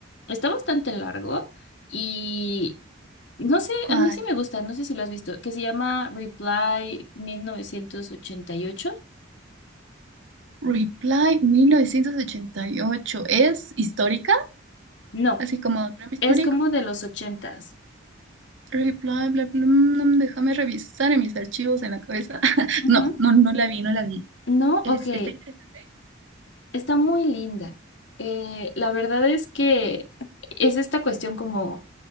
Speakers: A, on the left; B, on the right.
A: Está bastante largo y no sé,
B: ¿Cuál?
A: a mí sí me gusta, no sé si lo has visto, que se llama Reply mil novecientos ochenta y ocho,
B: Reply mil novecientos ochenta y ocho ¿Es histórica?
A: No,
B: Así como drama histórico.
A: es como de los ochentas.
B: El bla, bla, bla, mm, mm, déjame revisar en mis archivos en la cabeza. <laughs>
A: Ujú.
B: No, no, no la vi, no la vi.
A: No,
B: Es,
A: ok.
B: está interesante.
A: Está muy linda. Eh, la verdad es que es esta cuestión como